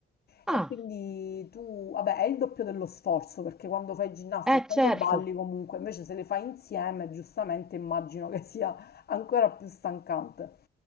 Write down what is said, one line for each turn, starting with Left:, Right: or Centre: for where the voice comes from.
Centre: Ah.
Left: E quindi tu, vabbè, è il doppio dello sforzo perché quando fai ginnastica
Centre: Eh,
Left: e quando
Centre: certo,
Left: balli comunque, invece se le fai insieme, giustamente immagino che sia ancora più stancante.